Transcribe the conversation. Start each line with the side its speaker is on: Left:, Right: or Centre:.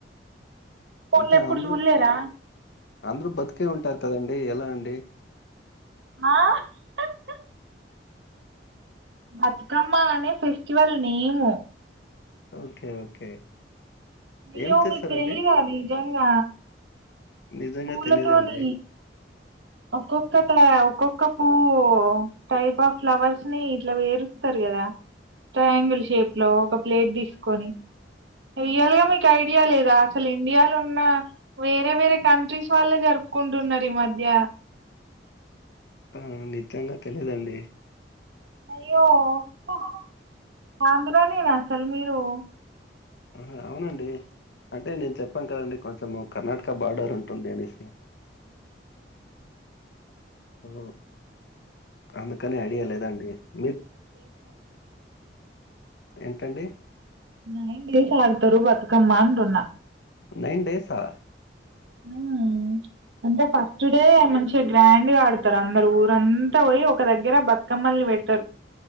Right: ఫోన్
Left: అంటే
Right: లో ఎప్పుడు
Left: అందరు
Right: చూడలేరా
Left: అందరు బతికే ఉంటారు కదండి ఎలా అండి?
Right: ఆ హ్ హ్ బతుకమ్మ అనే ఫెస్టివల్ నేము
Left: ఓకే ఓకే
Right: నియో
Left: ఏం చేస్తారండి?
Right: మీకి తెలిదా నిజంగా?
Left: నిజంగా
Right: పూలతోని
Left: తెలీదండి.
Right: ఒక్కొక్కక్కట్లా ఒక్కొక్కపువ్వు టైప్ ఆఫ్ ఫ్లవర్స్ ని ఇట్ల పేరుస్తరు కదా ట్రయాంగిల్ షేప్ లో ఒక ప్లేట్ తీసుకొని రియల్ గా మీకు ఐడియా లేదా అసలు ఇండియాలో ఉన్న వేరే వేరే కంట్రీస్ వాళ్ళే జరుపుకుంటున్నారు ఈ మధ్య
Left: ఊ నిజంగా తెలీదండి.
Right: అయ్యో హ్హ్ ఆంధ్ర నేనా అసలు మీరు?
Left: ఆహా అవునండి అంటే నేను చెప్పాను కదండి కొంచెము కర్ణాటక బార్డర్ ఉంటుంది అనేసి ఓ అందుకని ఐడియా లేదండి మీరు? ఎంటండి?
Right: నైన్ డేస్ ఆడుతరు బతుకమ్మ అంటున్న
Left: నైన్ డేసా?
Right: ఊ అంటే ఫస్ట్ డే మంచి గ్రాండ్ గా ఆడతారు అందరు ఊరంతా పోయి ఒక దగ్గర బతుకమ్మల్ని పెడతరు.